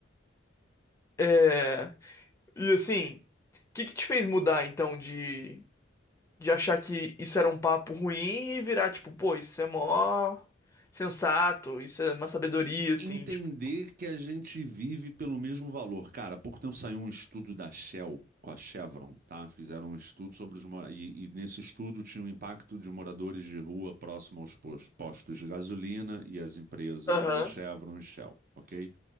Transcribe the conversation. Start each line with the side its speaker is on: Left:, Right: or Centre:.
Left: É... E assim, o que que te fez mudar, então, de, de achar que isso era um papo ruim e virar, tipo, pô, isso é mó sensato, isso é uma sabedoria, assim,
Right: entender
Left: tipo.
Right: que a gente vive pelo mesmo valor. Cara, há pouco tempo saiu um estudo da Shell com a Chevron, tá? Fizeram um estudo sobre os moradores. E, nesse estudo tinha o impacto de moradores de rua próximo aos pos- postos de gasolina e as empresas
Left: Aham.
Right: da Chevron e Shell, ok?